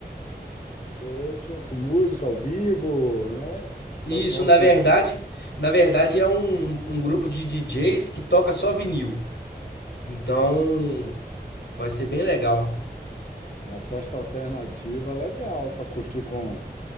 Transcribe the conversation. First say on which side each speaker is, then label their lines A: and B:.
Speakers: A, on the left; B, on the left.
A: Poxa, com música ao vivo, né?
B: E
A: O pessoal
B: Isso, na
A: se
B: verdade, na verdade é um, um grupo de DJs que toca só vinil. Então, vai ser bem legal.
A: uma festa alternativa legal para curtir com,